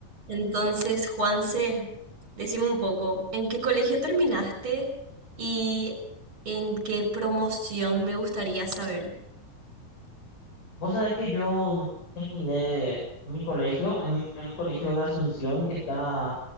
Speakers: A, on the right; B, on the left.
A: Entonces, Juanse, decime un poco, ¿en qué colegio terminaste y en qué promoción me gustaría saber?
B: Vos sabés que yo terminé mi colegio en un, en un colegio de Asunción que está,